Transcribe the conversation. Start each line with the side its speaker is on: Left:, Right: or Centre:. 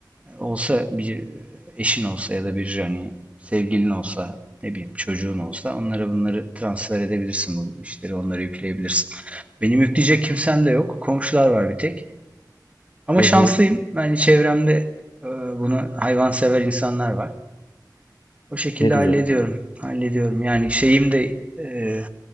Right: olsa bir eşin olsa ya da bir hani sevgilin olsa, ne bileyim çocuğun olsa onlara bunları transfer edebilirsin bu işleri, onlara yükleyebilirsin. Benim yükleyecek kimsem de yok. Komşular var bir tek. Ama
Left: Hı
Right: şanslıyım.
Left: hı.
Right: Yani çevremde e, bunu hayvansever insanlar var. O şekilde
Left: Ne güzel.
Right: hallediyorum. Hallediyorum. Yani şeyim de e,